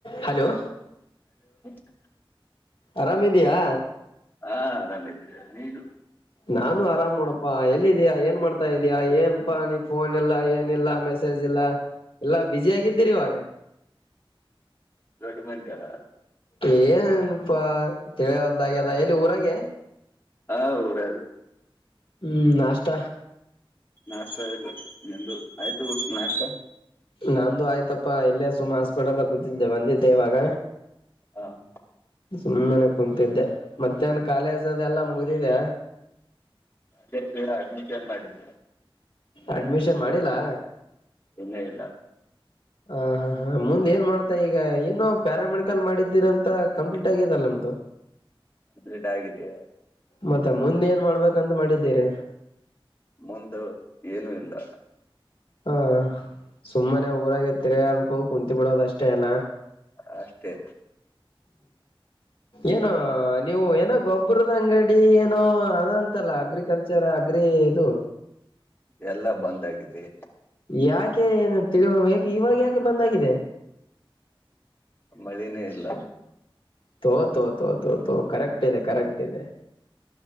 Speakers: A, on the left (about 70°); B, on the left (about 25°).
A: Hello
B: ಹ
A: ಅರಾಮಿದಿಯಾ
B: ಹಾ ಆರಾಮ ಇದೀ ನೀನು
A: ನಾನು ಆರಾಮ್ ಮಾಡೋಪ್ಪಾ ಎಲ್ಲಿದ್ಯಾಾ ಏನ್ ಮಾಡ್ತಾ ಇದೀಯ ಏನಪಾ ನೀ ಫೋನ್ ಇಲ್ಲ ಏನಿಲ್ಲಾ ಮೆಸೇಜ್ ಲ್ಲ ಎಲ್ಲಾ ಬಿುಸಿ ಆಗಿದ್ದೀರಿ ಇವಾಗ
B: ದೊಡ್ಡ ಮಂದಿಯ
A: ಏಏನಪಾ ತಿಳಿಯವಲ್ದಾಗ್ಯ ಅದ ಎಲ್ಲಿ ಊರಾಗ
B: ಹಾ ಊರ
A: ಹ್ಮ್ ನಾಷ್ಟ.
B: ನಾಷ್ಟ ಇಲ್ಲ ಎಂದು ಆಯ್ತು ನಾಷ್ಟ.
A: ನಂದುು ಆಯ್ತಪ್ಪಾ ಎಲ್ಲೇ ಸುಮ ಹಾಸ್ಪಿಟಲ್ ಕೂತಿದ್ದೆ ಬಂದಿದ್ದೆ ಇವಾಗ.
B: ಹ <inaudible>
A: ಸುಮ್ಮನೆ ಕುೂಂತಿದ್ದೆ ಮತ್ತೆನ್ ಕಾಲೇಜ ಅದೆಲ್ಲ ಮುಗಿದಿದೆ.
B: ಅದೇ ಬಿ <unintelligible> ಮಾಡಿದ್ದೆ.
A: ಅಡ್ಮಿಷನ್ ಮಾಡಿಲ್ಲಾ.
B: ಇನ್ನ ಇಲ್ಲ.
A: ಹ ಹಾ ಹಾ ಮುಂದೆ ಏನ್ ಮಾಡ್ತಾ ಈಗ ಏನು. ಪ್ಯಾರಾಮೆಡಿಕಲ್ ಮಾಡಿದ್ದೀರ ಅಂತ ಕಂಪ್ಲೀಟ್ ಆಗಿದೆಲ್ಲ ನಿಮ್ದ.
B: ಕಂಪ್ಲೀಟ್ ಆಗಿದೆಯಾ.
A: ಮತ್ತೆ ಮುಂದೆ ಏನ್ ಮಾಡ್ಬೇಕಂತ ಮಾಡಿದ್ದೀರಿ.
B: ಮುಂದು ಏನುೂ ಇಲ್ಲ.
A: ಹಾ ಸುಮ್ಮನೆ ಊರಾಗ ತಿರಯಾರ್ಗು ಕುಂತ ಬಿಡೋದ ಅಷ್ಟೇ ಅಲ್ಲ.
B: ಅಷ್ಟೇ.
A: ಏನೋ ನೀವು ಏನೋ ಗೊಬ್ಬರದ ಅಂಗಡಿ ಏನೋ. ಅದಂತಲ್ಲ ಅಗ್ರಿಕಲ್ಚರ್ ಅಗ್ರಿ ಇದು.
B: ಎಲ್ಲಾ ಬಂದ್ ಆಗಿದೆ.
A: ಯಾಕೆ ಏತಿ ಇವಾಗ ಯಾಕೆ ಬಂದಾಗಿದೆ.
B: ಮಳಿನೇ ಇಲ್ಲ.
A: ತೋತೋ ತೋತೋತೋ ಕರೆಕ್ಟ್ ಇದೆ ಕರೆಕ್ಟ್ ಇದೆ.